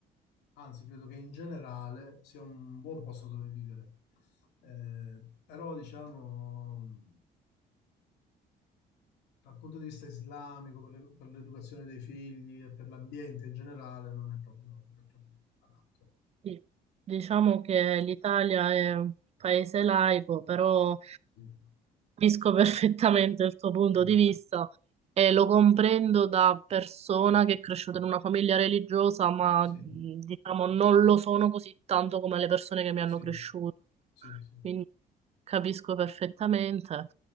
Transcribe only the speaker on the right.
Sì, Diciamo che l'Italia è un paese laico, però
Capisco <laughs> perfettamente il tuo punto
di vista e lo comprendo da persona che è cresciuta in una famiglia religiosa, ma
mh, diciamo non lo sono così tanto come le persone che mi hanno
cresciuto.
Quindi capisco perfettamente.